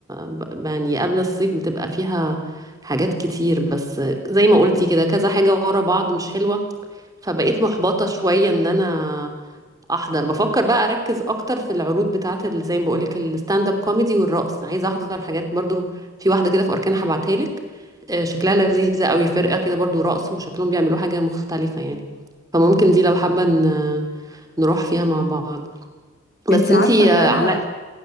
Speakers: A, on the right (about 20°); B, on the left (about 50°).
A: ب- يعني قبل الصيف بتبقى فيها حاجات كتير بس زي ما قلتي كده كذا حاجه ورا بعض مش حلوه فبقيت محبطه شويه ان انا احضر بفكر بقى اركز اكتر في العروض بتاعه ال- زي ما بقولك الستاند اب كوميدي والرقص عايزه احضر حاجات برضو في واحده كده في اركان هبعتها لك آه، شكلها لذيذه قوي فرقه كده برضو رقص وشكلهم بيعملوا حاجه مختلفه يعني فممكن دي لو حابه ن- نروح فيها مع بعض بس
B: انتي
A: انتي
B: عارفة ان
A: آه،
B: انا
A: عمال